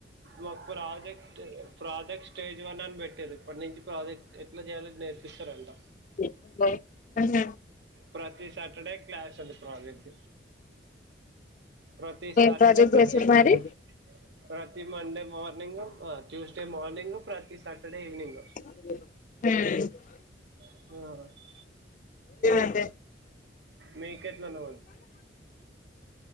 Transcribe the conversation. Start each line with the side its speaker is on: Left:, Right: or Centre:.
Right: మాకు ప్రాజెక్ట్ ప్రాజెక్ట్ స్టేజ్ వన్ అని పెట్టీరు ఇప్పటి నుంచి ప్రాజెక్ట్ ఎట్లా చేయాలో నేర్పిస్తారంట
Left: <inaudible>
Right: ప్రతి సాటర్డే క్లాస్ అంది ప్రాజెక్ట్ ప్రతి సాటర్డే
Left: ఏం ప్రాజెక్ట్
Right: ప్రతి
Left: చేసిర్రు
Right: ట్యూస్
Left: మరి
Right: ప్రతి మండే మార్నింగ్ ట్యూస్డే మార్నింగ్ ప్రతి సాటర్డే ఈవెనింగ్
Left: మ్
Right: ఆ
Left: అంటే
Right: మీకెట్లనో